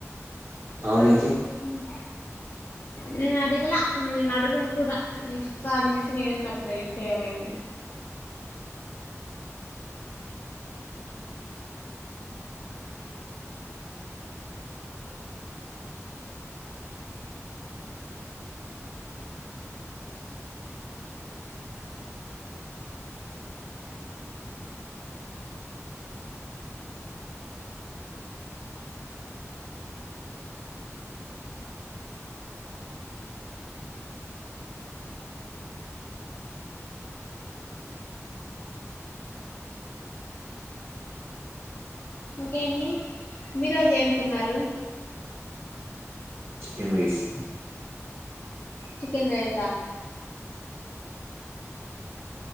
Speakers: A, on the right; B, on the left.
A: పావనికే
B: హుమ్ నేను అడిగలా నేను అడుగను కూడా నెక్స్ట్ సారి నుంచి నేనే చెప్తా ఏం చెయ్యాలి అనేది ఇంకేమి ఈ రోజు ఏం తిన్నారు
A: చికెన్ రైస్
B: చికెన్ రైసా